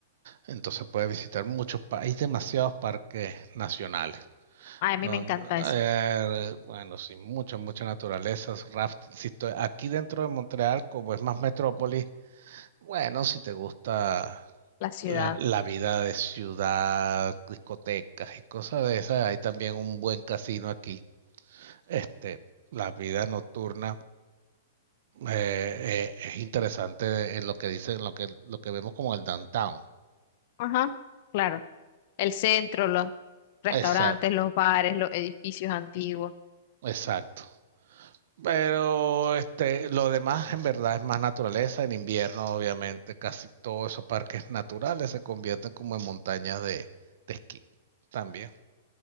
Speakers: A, on the right; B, on the left.
A: entonces puedes visitar muchos países, hay demasiados parques nacionales.
B: Ay,
A: Donde,
B: a mí me encanta eso,
A: eh, bueno, sí, mucha, mucha naturaleza, rafting. Si estoy aquí dentro de Montreal, como es más metrópolis, bueno, si te gusta
B: la ciudad.
A: la, la vida de ciudad, discotecas y cosas de esas, hay también un buen casino aquí. Este, la vida nocturna eh, eh, es interesante en lo que dicen, en lo que, lo que vemos como el downtown.
B: Ajá, claro. El centro, los restaurantes,
A: Exacto,
B: los bares, los edificios antiguos.
A: exacto. Pero este, lo demás en verdad es más naturaleza. En invierno, obviamente, casi todos esos parques naturales se convierten como en montañas de, de esquí también.